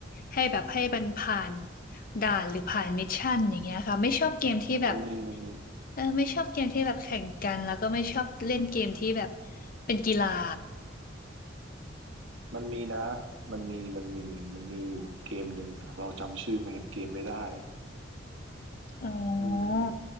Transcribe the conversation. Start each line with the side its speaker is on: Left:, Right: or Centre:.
Left: ให้แบบให้มันผ่านด่านหรือผ่านมิชชั่นอย่างเงี้ยค่ะไม่ชอบเกมที่แบบ
Right: มันมีมันมี
Left: เออไม่ชอบเกมที่แบบแข่งกันแล้วก็ไม่ชอบเล่นเกมที่แบบเป็นกีฬา
Right: มันมีนะมันมีมันมีมันมีอยู่เกมหนึ่งแต่เราจำชื่อไม่เกมไม่ได้
Left: อ๋อ
Right: อืม